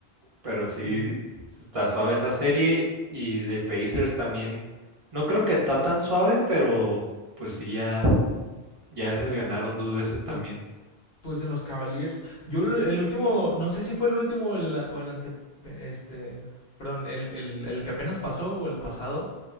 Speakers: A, on the right; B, on the left.
A: Pero sí,
B: Y
A: está suave esa serie y de Pacers también. No creo que está tan suave, pero pues sí, ya, ya les ganaron dos veces
B: pues
A: también.
B: Pues en los Cavaliers. Yo el el último, no sé si fue el último o el, o el ante, este, perdón, el, el, el que apenas pasó o el pasado,